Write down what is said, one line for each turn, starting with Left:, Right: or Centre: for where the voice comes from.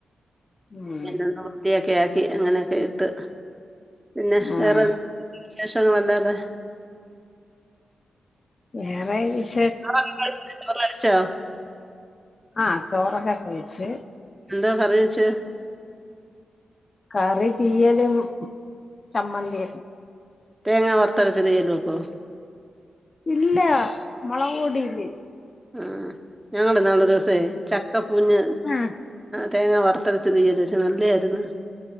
Left: ഉം
Right: എന്ന് ത്തിയൊക്കെ ആക്കി അങ്ങനെയൊക്കെ ഇട്ട് പിന്നെ
Left: ഉം
Right: വേറെ വിശേഷങ്ങളല്ലാതെ
Left: വേറെ വിശേ
Right: ചോറ് കഴിച്ചോ
Left: ആഹ് ചോറൊക്കെ കഴിച്ച്
Right: എന്താ കറി വെച്ച്
Left: കറി തീയലും ചമ്മന്തിയും
Right: തേങ്ങാ വറത്തരച്ച് തീയല് വെക്കോ
Left: ഇല്ല മുളക് പൊടിയില്
Right: ആ ഞങ്ങള് ഇന്നാള് ഒരു ദിവസേ ചക്കപ്പൂഞ്ഞ്
Left: ആഹ്
Right: തേങ്ങ വറുത്തരച്ച തീയല് വെച്ച് നല്ലതായിരുന്നു